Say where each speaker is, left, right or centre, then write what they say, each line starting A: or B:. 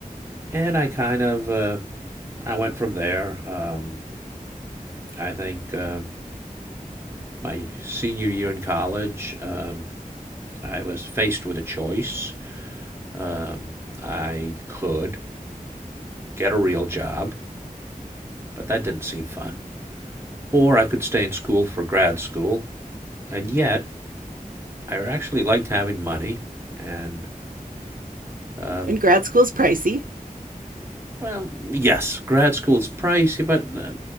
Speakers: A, on the right; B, on the right.
A: and I kind of uh, I went from there. Um, I think uh, my senior year in college, um, I was faced with a choice. Um, I could get a real job, but that didn't seem fun, or I could stay in school for grad school, and yet I actually liked having money, and um,
B: and grad school's pricey
A: Well, yes, grad school is pricey, but uh,